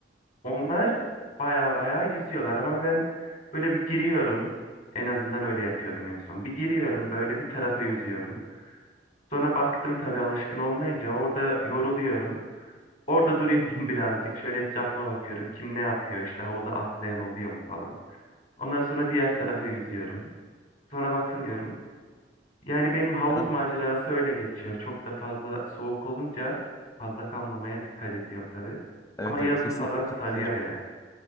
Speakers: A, on the left; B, on the left.
A: Onlar baya baya yüzüyorlar ama ben böyle bir giriyorum en azından öyle yapıyordum en son. Bir giriyorum böyle bir tarafa yüzüyorum. Sonra baktım tabii alışkın olmayınca orada yoruluyorum. Orada duruyorum <laughs> birazcık. Şöyle etrafıma bakıyorum. Kim ne yapıyor? İşte havuza atlayan oluyor mu falan. Ondan sonra diğer tarafa yüzüyorum. Sonra bakınıyorum. Yani benim havuz
B: Yani,
A: macerası öyle geçiyor. Çok da fazla soğuk olunca fazla kalmamaya dikkat ediyorum tabii.
B: evet
A: Ama yazın
B: evet kesinlikle
A: falan
B: katılıyorum.
A: sarıyor yani.